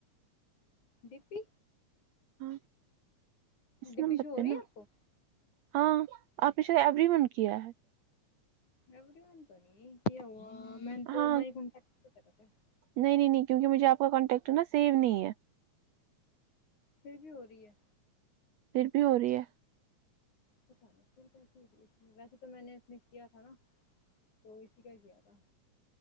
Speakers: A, on the left; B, on the right.
A: ڈی پی
B: ہاں اس
A: ڈپی
B: نمبر
A: شو ہو
B: پہ
A: رہی
B: نا
A: ہے آپ کو
B: ہاں آپ نے شاید ایوری ون کیا ہے
A: اوی بنتا نہیں کہ میںن تو
B: ہاں
A: مئی کون ٹتا تھاس <inaudible>
B: نہیں نہیں نہیں کیونک مجھے آپ کا کانٹیکٹ نا سیو نہیں ہے
A: پھر بھی ہو رہی ہے
B: پھر بھی ہو رہی ہے
A: پتہ نہیں پھر کیسے ہو ویسے تو میں نے اس میں کیا تھا نا تو اسی کا کیا تھا